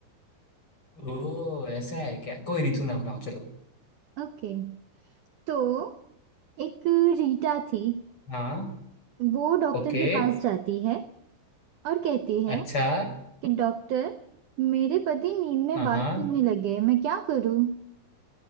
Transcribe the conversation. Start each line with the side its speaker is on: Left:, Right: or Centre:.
Left: ओ ऐसा है क्या कोई नहीं सुनाओ सुनाओ चलो
Right: ओके तो एक रीटा थी
Left: हाँ
Right: वो डॉक्टर
Left: ओके
Right: के पास जाती है और कहती है
Left: अच्छा
Right: कि डॉक्टर मेरे पति नींद में
Left: हाँ
Right: बात
Left: हाँ
Right: करने लगे मैं क्या करूँ